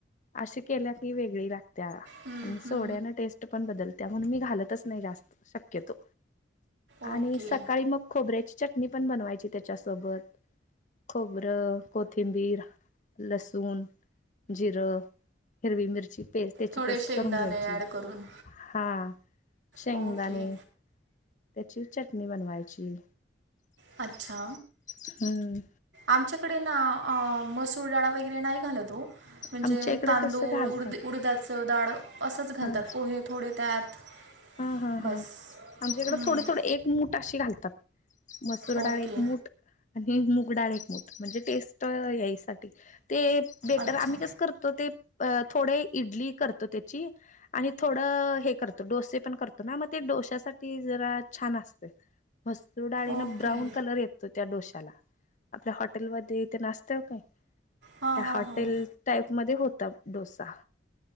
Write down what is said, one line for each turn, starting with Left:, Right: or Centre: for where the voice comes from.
Left: अशी केल्या की वेगळी लागत
Right: हम्म,
Left: आणि सोड्या
Right: हम्म.
Left: टेस्ट पण बदल त्या म्हणून मी घालतच नाही जास्त शक्यतो
Right: ओके
Left: आणि सकाळी मग खोबऱ्याची चट मी पण बनवायची त्याच्यासोबत खोबरं कोथिंबीर लसूण जिरं हिरवी मिरची पेस्ट त्याची
Right: थोडे
Left: पेस्ट
Right: शेंगदाणे
Left: करून घ्यायची
Right: ॲड करून
Left: हा शेंगदाणे
Right: ओके
Left: त्याची चटणी बनवायची
Right: अच्छा
Left: हम्म
Right: आमच्याकडे ना मसूरडाळा वगैरे नाही घालतो म्हणजे
Left: आमच्या इकडं
Right: तांदूळ
Left: कसं घालतात.
Right: उड उडद्याचं डाळ अस तच घालतात
Left: हा
Right: पोहे थोडे त्यात
Left: हा हा
Right: बस
Left: हा आमच्याकडे
Right: हम्म,
Left: थोडे थोडे एक मूठ अशी घालतात मसूर
Right: ओके
Left: डाळ एकमूठ आणि मूग डाळ एकमूठ म्हणजे टेस्ट यायसाठी ते बेटर
Right: अच्छा
Left: आम्ही कसं करतो ते अ थोडे इडली करतो त्याची आणि थोडं हे करतो डोसे णतो ना मग डोश्यासाठी ज छान असते मसूर डाळी न
Right: ओके
Left: ब्राऊन कलर येतो त्या डोश्या त्या आपल्या हॉटेल म इथे नसत काही
Right: हां
Left: त्या
Right: हां
Left: हॉटेल
Right: हां
Left: टाईप म होत डोसा